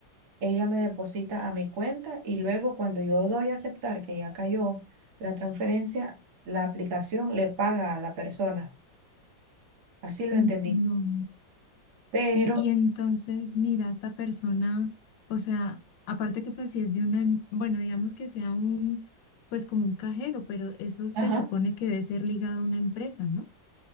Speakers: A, on the right; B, on the left.
A: ella me deposita a mi cuenta y luego cuando yo doy a aceptar que ya cayó la transferencia, la aplicación le paga a la persona. Así lo
B: Mm,
A: entendí.
B: No.
A: Pero
B: Y, y entonces, mira, esta persona, o sea, aparte que pues si es de una, em- bueno, digamos que sea un, pues como un cajero, pero eso se
A: Ajá.
B: supone que debe ser ligado a una empresa, ¿no?